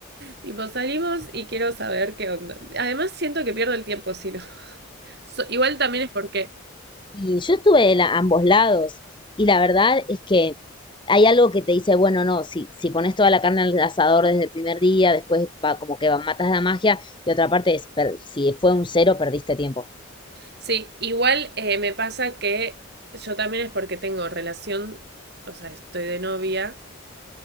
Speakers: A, on the right; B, on the left.
A: Tipo, salimos y quiero saber qué onda. Además siento que pierdo el tiempo si no. So- igual también es porque,
B: Y yo estuve de ambos lados y la verdad es que hay algo que te dice, bueno, no, si, si pones toda la carne al asador desde el primer día, después va como que va, matas la magia y otra parte es, per- si fue un cero, perdiste tiempo.
A: sí, igual eh, me pasa que yo también es porque tengo relación, o sea, estoy de novia